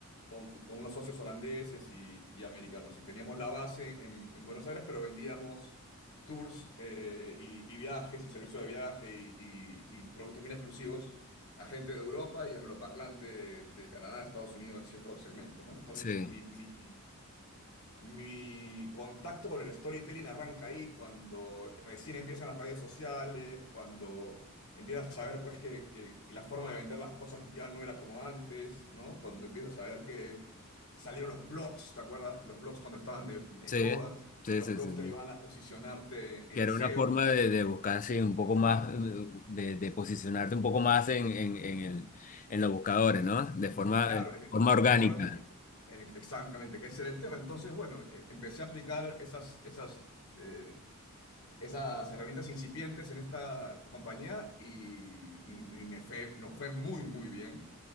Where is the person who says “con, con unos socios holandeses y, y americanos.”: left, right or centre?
Left